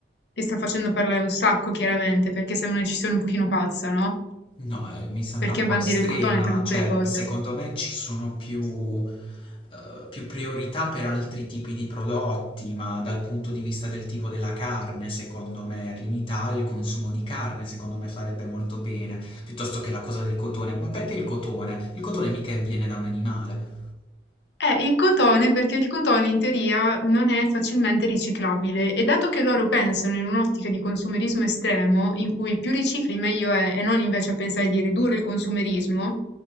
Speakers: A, on the left (about 70°); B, on the left (about 30°).
A: che sta facendo parlare un sacco, chiaramente, perché sembra una decisione un pochino pazza, no?
B: no, eh, mi sembra
A: Perché
B: un po'
A: bandire
B: estrema,
A: il cotone tra tutte
B: cioè
A: le cose?
B: secondo me ci sono più, eh, più priorità per altri tipi di prodotti, ma dal punto di vista del tipo della carne, secondo me limitare il consumo di carne, secondo me farebbe molto bene, piuttosto che la cosa del cotone. Ma perché il cotone? Il cotone mica viene da un animale.
A: Eh, il cotone, perché il cotone in teoria non è facilmente riciclabile e dato che loro pensano in un'ottica di consumerismo estremo, in cui più ricicli meglio è e non invece a pensare di ridurre il consumerismo,